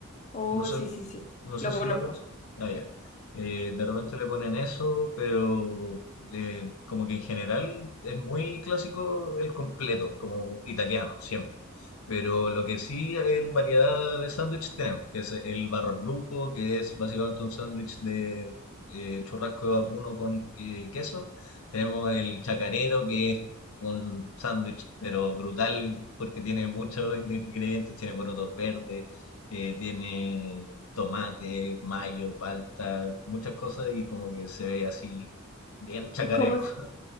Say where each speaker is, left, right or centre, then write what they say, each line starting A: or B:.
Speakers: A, on the left; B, on the left.
A: Oh,
B: no sé,
A: sí, sí, sí,
B: no sé
A: lo
B: si
A: conozco.
B: la conoces. Ah, ya. Eh, de repente le ponen eso, pero eh, como que en general es muy clásico el completo, como italiano, siempre. Pero lo que sí en variedad de sándwich tenemos, que es el barrolluco, que es básicamente un sándwich de eh, churrasco de vacuno con eh, queso. Tenemos el chacarero, que es un sándwich, pero brutal, porque tiene muchos ingredientes, tiene porotos verdes eh, tiene tomate, mayo, palta, muchas cosas y como que se ve así bien chacarero.
A: Eh, ¿Cómo es?
B: <laughs>